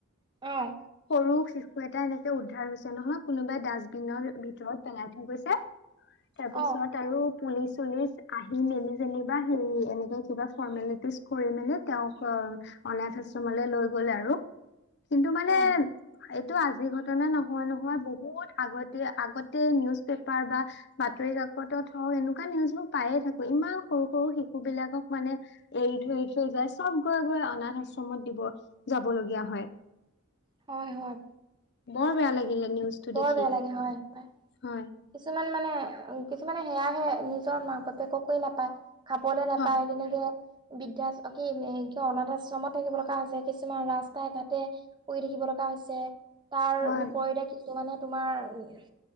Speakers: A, on the right (about 20°); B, on the left (about 55°).
A: অ
B: <inaudible> সৰু শিশু এটা এনেকে উদ্ধাৰ হৈছে নহয়। কোনোবাই ডাষ্টবিনৰ ভিতৰত পেলাই থৈ গৈছে। তাৰ
A: অ
B: পিছত আৰু পুলিচ- চুলিচ আহি মেলি যেনিবা হেৰি, এনেকে কিবা ফৰ্মেলিটিজ কৰি মেলি, তেওঁক অ, অনাথ আশ্ৰমলৈ লৈ গলে আৰু। কিন্তু মানে
A: অ
B: এইটো আজিৰ ঘটনা নহয়, নহয়। বহুত আগতে- আগতে নিউজ পেপাৰ বা বাতৰি কাকতত হওক, এনেকুৱা নিউজবোৰ পায়ে থাকো। ইমান সৰু সৰু শিশু বিলাকক মানে এৰি থৈ, এৰি থৈ যায়। চব গৈ- গৈ অনাথ আশ্ৰমত দিব যাব লগীয়া হয়।
A: হয়- হয়।
B: বৰ বেয়া লাগিলে নিউজটো
A: বৰ
B: দেখি।
A: বেয়া লাগে হয় পাই
B: হয়।
A: কিছুমান মানে, কিছুমানে সেয়াহে নিজৰ মাক বাপেককে নাপায়। খাবলে নাপায়
B: হয়
A: তেনেকে। বৃদ্ধা অ, কি অনাথ আশ্ৰমত থাকিব লগা হৈছে, কিছুমান ৰাস্তাই ঘাটে পৰি থাকিব লগা হৈছে। তাৰ
B: হয়,
A: বিপৰীতে কিছুমানে তোমাৰ